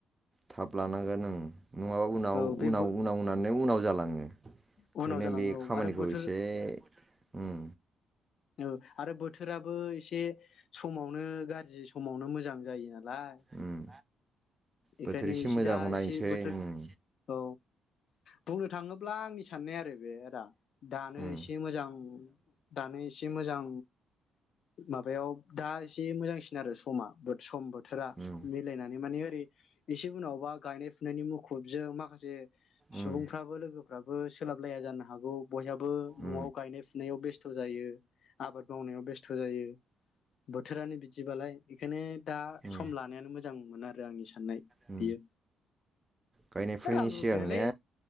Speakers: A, on the right; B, on the left.
A: थाब लानांगोन ओं। नङाबा उनाव
B: औ बे
A: उनाव उनावनानै उनाव जालाङो ओंखायनो
B: उनाव जालाङो
A: बे
B: औ
A: खामानिखौ
B: आरो बोथोर
A: एसे उम्म
B: औ। आरो बोथोराबो एसे समावनो गाज्रि समावनो मोजां जायो आरो। नालाय
A: उम
B: बेखायनो
A: बोथोर
B: एसे
A: मोजांखौ
B: दा
A: नायनोसै
B: एसे बोथोर
A: उम
B: औ बुंनो थाङोब्ला आंनि साननाया आरो बे आदा दानो
A: उम
B: एसे मोजां दानो एसे एसे मोजां माबायाव दा एसे मोजांसिन आरो समा बट सम ब बोथोरा
A: उम
B: मिलायनानै माने एसे उनावबा गायनाय फुनायनि मुखुबजों माखासे सुबुंफ्राबो
A: उम
B: लोगो फ्राबो सोलाबलाया जानो हागौ। बयहाबो न'आव
A: उम
B: गायनाय फुनायाव बेस थ' जायो आबाद मावनायाव बेस्थ' जायो बोथोरानो बिदिबालाय बेखायनो दा
A: उम
B: सम लानायानो मोजां मोजां मोन आरो आंनि साननाय
A: उम
B: बैयो
A: गायनायफोरनि
B: रां रुफायालै
A: सिगां ने